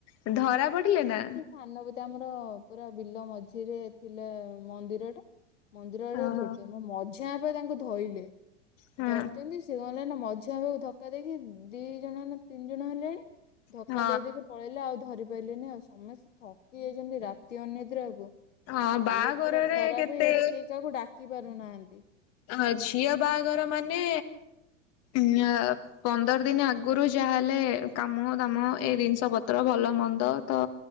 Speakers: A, on the left; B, on the left.
A: ହୁଁ ଧରା ପଡ଼ିଲେନା
B: ଧାନ ବି ତ ଆମର ପୁରା ବିଲ ମଝିରେ ଥିଲେ ମନ୍ଦିର ଟା ମନ୍ଦିର ଆଡେ
A: ଓହୋ
B: ଧୋଉଡିଛନ୍ତି ମୋ ମଝିଆ ବାପା ତାଙ୍କୁ ଧରଲେ
A: ହଁ
B: ଧରିଛନ୍ତି ସେ କଣ ହେଲା ନା ମଝିଆ ବାପାକୁ ଧକ୍କା ଦେଇକି ଦି ଜଣ ନା ତିନି ଜଣ ହେଲେଣି ସେ
A: ହଁ।
B: ଧକ୍କା ଦେଇ ଦେଇକି ପଳେଇଲେ ଆଉ ଧରି ପାଇଲେନି ଆଉ ସମସ୍ତେ ଥକି ଯାଇଛନ୍ତି ରାତି ଅନିଦ୍ରାକୁ
A: ହଁ
B: ହାଲତ
A: ବାହାଘରରେ
B: ପୁରା ଖରାପ
A: କେତେ
B: ଇଆଡ଼େ କେହି କାହାକୁ ଡାକି ପାରୁନାହାନ୍ତି
A: ହଁ ଝିଅ ବାହାଘର ମାନେ ଉ ଆ ପନ୍ଦର ଦିନ ଆଗରୁ ଯାହାହେଲେ କାମ ଦାମ ଏ ଜିନିଷ ପତ୍ର ଭଲ ମନ୍ଦ ତ